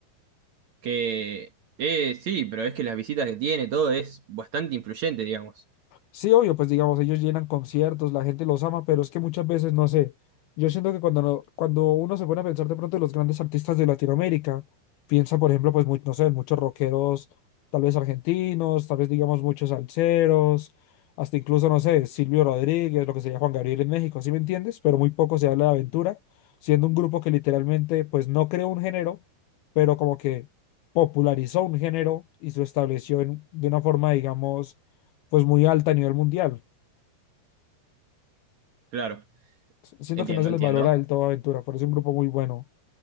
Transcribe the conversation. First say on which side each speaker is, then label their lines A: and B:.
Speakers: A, on the right; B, on the left.
A: que eh, sí, pero es que las visitas que tiene, todo es bastante influyente, digamos.
B: Sí, obvio, pues digamos, ellos llenan conciertos, la gente los ama, pero es que muchas veces, no sé, yo siento que cuando, no- cuando uno se pone a pensar de pronto en los grandes artistas de Latinoamérica, piensa, por ejemplo, pues, mu- no sé, muchos rockeros, tal vez argentinos, tal vez, digamos, muchos salseros, hasta incluso, no sé, Silvio Rodríguez, lo que sería Juan Gabriel en México, ¿sí me entiendes? Pero muy poco se habla de Aventura, siendo un grupo que literalmente, pues, no creó un género, pero como que popularizó un género y se estableció en- de una forma, digamos, pues muy alta a nivel mundial.
A: Claro,
B: S- Siento
A: entiendo,
B: que no se
A: entiendo.
B: les valora del todo Aventura, por es un grupo muy bueno.